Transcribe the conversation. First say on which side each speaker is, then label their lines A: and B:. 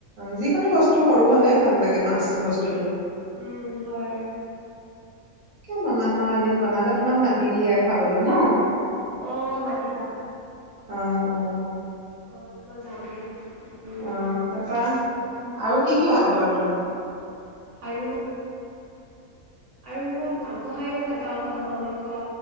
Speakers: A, on the right; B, on the right.
A: যিকোনো বস্তু সৰু হলে ভাল ভাল লাগে মাছ বস্তুতটো।
B: উম, হয়।
A: কিয় বনামা এদিন বনালে তোমাক মাতি মাতিম দিয়া খাবলৈ ন।
B: অ' মাতিবা
A: অ', অ।
B: অ' মই যাম দিয়া উম।
A: অ তাৰপা আৰু কি কি ভাল পোৱা তুমি?
B: আৰু আৰু মই মাংস খাইও ভাল পাওঁ হাঁহৰ মাংস